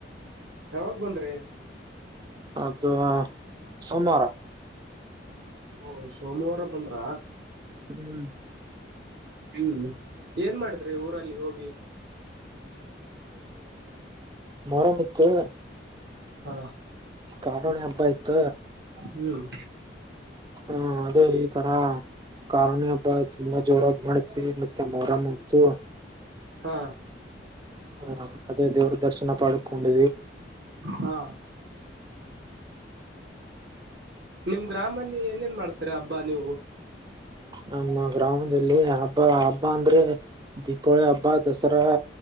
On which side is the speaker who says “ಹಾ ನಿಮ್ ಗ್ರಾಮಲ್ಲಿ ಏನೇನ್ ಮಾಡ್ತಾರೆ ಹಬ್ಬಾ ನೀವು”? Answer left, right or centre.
Right